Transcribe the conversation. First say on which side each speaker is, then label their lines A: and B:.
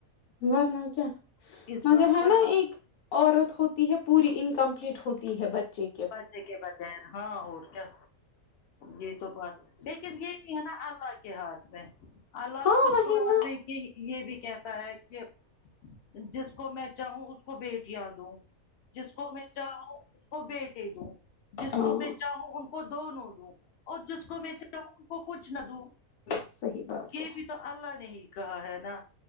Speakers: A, on the left; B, on the left.
A: ورنہ کیا
B: اس
A: مگر
B: بات
A: ہے
B: پر
A: نا
B: ہم
A: ایک عورت ہوتی ہے پوری انکمپلیٹ ہوتی ہے بچے
B: بچے کے بغیر ہاں اور کیا یہی تو بات لیکن یہ بھی ہے نا اللہ کے ہاتھ میں اللہ
A: ہاں
B: خود
A: وہی
B: قران
A: نا
B: میں کہ یہ بھی کہتا ہے کہ جس کو میں چاہوں اس کو بیٹیاں دو جس کو میں چاہوں اس کو بیٹے دوں جس
A: ہاں
B: کو میں چاہوں ان کو دونوں دوں اور جس کو میں چاہوں ان کو کچھ نہ دوں
A: صحیح بات
B: یہ
A: ہے
B: بھی تو اللہ نے ہی کہا ہے نا